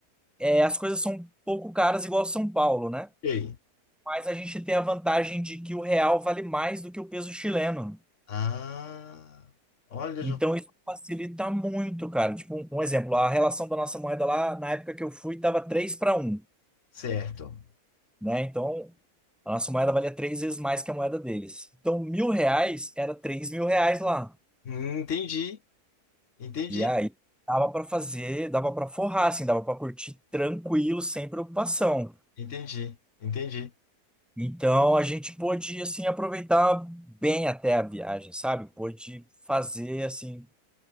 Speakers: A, in the centre; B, on the left.
A: é, as coisas são um pouco caras igual São Paulo, né?
B: E aí?
A: Mas a gente tem a vantagem de que o real vale mais do que o peso chileno.
B: Ah, olha,
A: Então
B: já vou.
A: isso facilita muito, cara. Tipo, um, um exemplo, a relação da nossa moeda lá, na época que eu fui, tava três para um.
B: Certo.
A: né? Então, a nossa moeda valia três vezes mais que a moeda deles. Então, mil reais era três mil reais lá.
B: Hum, Entendi, entendi,
A: E aí, dava para fazer, dava para forrar, assim, dava para curtir tranquilo, sem preocupação.
B: entendi, entendi.
A: Então, a gente pôde, assim, aproveitar bem até a viagem, sabe? Pôde fazer, assim,